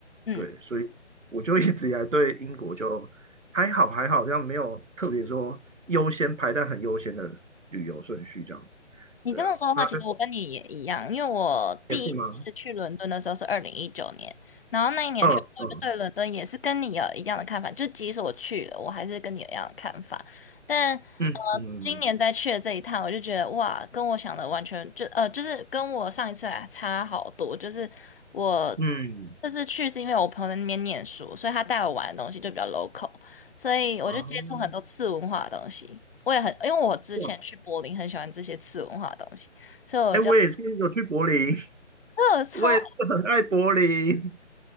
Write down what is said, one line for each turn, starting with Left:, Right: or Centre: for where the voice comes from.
Left: 嗯，
Right: 对，所以我就一直以来对英国就还好还好，这样没有特别说优先排在很优先的旅游顺序这样子，
Left: 你这么说的话，
Right: 对啊，那
Left: 其实我跟你也一样，因为我第一次去伦敦的时候是二零一九年，
Right: 也是吗？
Left: 然后那一年去，
Right: 嗯嗯
Left: 我就对伦敦也是跟你有一样的看法，就即使我去了，我还是跟你有一样的看法。但呃，
Right: 嗯嗯
Left: 今年再去的这一趟，我就觉得哇，跟我想的完全就呃，就是跟我上一次来差好多。就是我
Right: 嗯，
Left: 这次去是因为我朋友在那边念书，所以他带我玩的东西就比较 local。所以我就接触很多次文化的东西。
Right: 哦，
Left: 我也很，因为我之前去柏林很喜欢这些次文化的东西，
Right: 哇，
Left: 所以我就，
Right: 哎，我也是有去柏林，<laughs>
Left: 那我超
Right: 我也是很爱柏林，